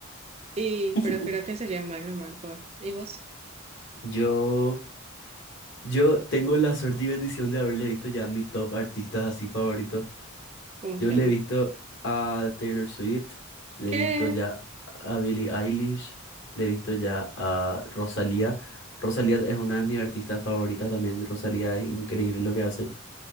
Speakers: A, on the right; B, on the left.
A: Y,
B: <laughs>
A: pero creo que sería Mac DeMarco. ¿Y vos?
B: Yo. Yo tengo la suerte y bendición de haberle visto ya a mis top artistas así favoritos.
A: ¿Cómo
B: Yo
A: quién?
B: le he visto a Taylor Swift, le
A: ¿Qué?
B: he visto ya a Billie Eilish, le he visto ya a Rosalía. Rosalía es una de mis artistas favoritas también. Rosalía es increíble lo que hace.